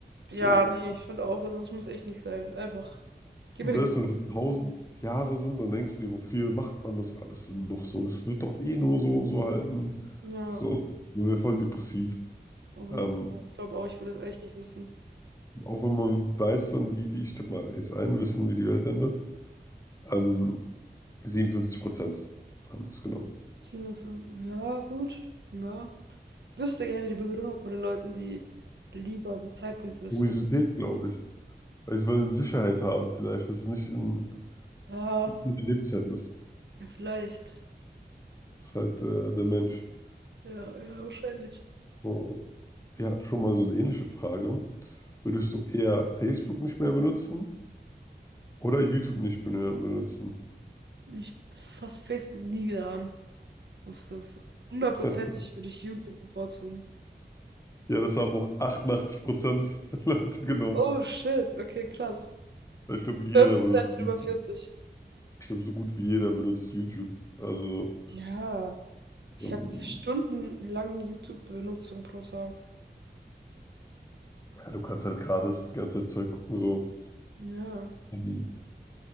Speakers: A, on the left (about 20°); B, on the right (about 80°).
A: so,
B: Ja, nee, ich finde auch, also es muss echt nicht sein. Einfach, gib
A: selbst
B: mir den Grund.
A: wenn es so tausend Jahre sind, dann denkst du dir, wofür macht man das alles denn noch so, das wird doch eh nur so und so halten,
B: Ja,
A: so, man wäre voll depressiv,
B: hundert
A: ähm,
B: Pro. Ich glaube auch, ich will das echt nicht wissen.
A: auch wenn man weiß dann, wie die, ich tippe mal jetzt ein, wissen, wie die Welt endet, ähm, 57% haben das genommen.
B: 7,5. Ja, gut. Ja. Ich wüsste gerne die Begründung von den Leuten, die lieber den Zeitpunkt wüssten.
A: Kuriosität, glaube ich. Weil sie wollen Sicherheit haben, vielleicht, dass es nicht in,
B: Ja,
A: in ihrer Lebenszeit ist.
B: ja, vielleicht.
A: Das ist halt äh, der Mensch.
B: Ja, ja, wahrscheinlich.
A: Oh. Wir hatten schon mal so eine ähnliche Frage. Würdest du eher Facebook nicht mehr benutzen oder YouTube nicht mehr benutzen?
B: Ich fasse Facebook nie wieder an. was ist das. Hundertprozentig
A: <laughs>
B: würde ich YouTube bevorzugen.
A: Ja, das haben auch 88% der Leute genommen.
B: Oh shit, okay, krass.
A: Weil Ich glaube, jeder
B: zwölf Prozent
A: benutzt
B: sind
A: YouTube.
B: über vierzig
A: Ich glaube, so gut wie jeder benutzt YouTube. Also,
B: Ja, ich
A: ähm,
B: habe stundenlang YouTube-Benutzung pro Tag.
A: ja, du kannst halt gratis die ganze Zeit Zeug gucken, so.
B: Ja,
A: Ähm,